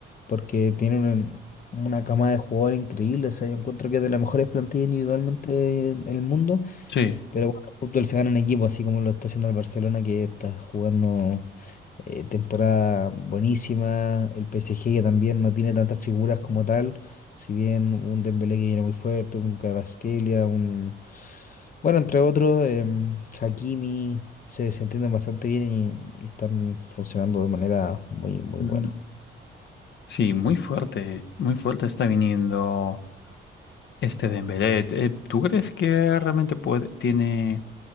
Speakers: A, on the left; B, on the left.
A: porque tiene una, una cama de jugadores increíble. O sea, yo encuentro que es de las mejores plantillas individualmente del mundo.
B: Sí,
A: Pero bueno, el fútbol se gana en equipo, así como lo está haciendo el Barcelona, que está jugando eh, temporada buenísima. El PSG, que también no tiene tantas figuras como tal. Si bien un Dembélé que viene muy fuerte, un Kvaratskhelia, un... Bueno, entre otros, em, Hakimi, se, se entienden bastante bien y, y están funcionando de manera muy, muy
B: ujú.
A: buena.
B: Sí, muy fuerte, muy fuerte está viniendo. Este Dembélé, eh, eh, ¿tú crees que realmente puede, tiene,